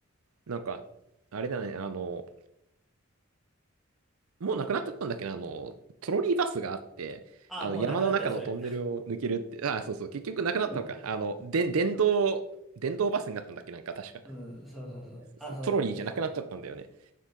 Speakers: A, on the right (about 75°); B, in the centre.
A: う、なんか、あれだね、あの、もうなくなっちゃったんだっけな、あの、トロリーバスがあって、
B: あー、
A: あの、
B: もうなくなったよ、
A: 山の中のトンネルを抜けるって、
B: それ。
A: あ、そうそう、結局なくなったのか。
B: <laughs>
A: あの、で、電動、電動バスになったんだっけ、なんか確か。
B: うん、そうそうそう。
A: そうそうトロリーじゃなくなっちゃったんだよね。
B: あ、そう、そうだね。